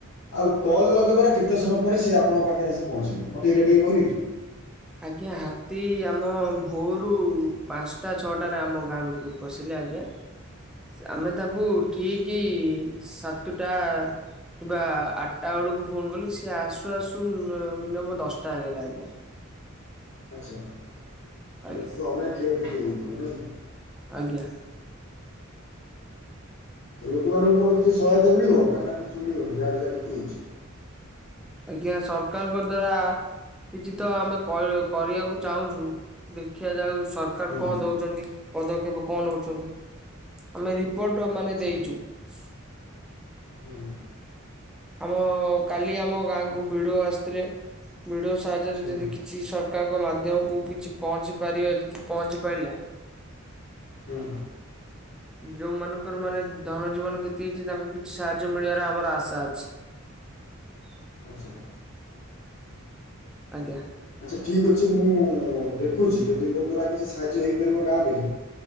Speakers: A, on the left; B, in the centre.
A: ଆଉ କଲ୍ ଲଗେଇବାରେ କେତେ ସମୟ ପରେ ସିଏ ଆପଣଙ୍କ ପାଖରେ ଆସି ପହଞ୍ଚିଲେ ମତେ ଏଇଟା ଟିକେ କହିବେ କି?
B: ଆଜ୍ଞା ହାତୀ ଆମ ଭୋରୁ ପାଞ୍ଚଟା ଛଅଟା ଆମ ଗାଁ ଭିତକୁ ପଶିଲେ ଆଜ୍ଞା।
A: ହଁ ।
B: ଆମେ ତାଙ୍କୁ ଠିକ ସାତୁଟା କିମ୍ବା ଆଟା ବେଳକୁ ଫୋନ୍ କଲି ସିଏ ଆସୁ ଆସୁ ମିନିୟମ୍ ଦଶଟା ହେଇଗଲା ଆଜ୍ଞା ।
A: ଆଛା ଏ
B: ଆଜ୍ଞା
A: ତ ଅନେକ୍ କ୍ଷୟ କ୍ଷତି ହେଇଯାଇଥିବ ନାଇଁ କି?
B: ଆଜ୍ଞା।
A: ଲୋକମାନଙ୍କୁ କଣ କିଛି ସହାୟତା ମିଳିବ ନା ନା କିଛି ମିଳିବନି ଯାହାର ଯାହା କ୍ଷତି ହେଇଛି।
B: ଆଜ୍ଞା ସରକାରଙ୍କ ଦ୍ଵାରା କିଛି ତ ଆମେ କରି କରିବାକୁ ଚାହୁଁଛୁ। ଦେଖିଯାଉ ସରକାର
A: ହୁଁ।
B: କଣ ଦେଉଛନ୍ତି ପଦକ୍ଷେପ କଣ ନେଉଛନ୍ତି ଆମେ ରିପୋର୍ଟ ମାନେ
A: ଆଚ୍ଛା
B: ଦେଇଛୁ ।
A: ହୁଁ।
B: ଆମ କାଲି ଆମ ଗାଁକୁ ବିଡିଓ ଆସିଥିଲେ ବିଡି ବିଡିଓ ସାହାଯ୍ୟରେ
A: ହୁଁ
B: ଯଦି କିଛି ସରକାର ମାଧ୍ୟମକୁ କିଛି ପହଞ୍ଚି ପାରିବେ ଯଦି ପହଞ୍ଚି ପାରିଲା।
A: ହୁଁ।
B: ଯୋଉମାନଙ୍କର ମାନେ ଧନ ଜୀବନ କ୍ଷତି ହେଇଛି ତାଙ୍କୁ କିଛି ସାହାଯ୍ୟ ମିଳିବାର ଆମର ଆଶା ଅଛି। ଅଛି।
A: ଆଚ୍ଛା।
B: ଆଜ୍ଞା।
A: ଆଚ୍ଛା ଠିକ୍ ଅଛି ମୁଁ ଦେଖୁଛି ଯଦି ମୋ ଦ୍ଵାରା କିଛି ସାହାଯ୍ୟ ହେଇପାରିବ ଗାଁ ପାଇଁ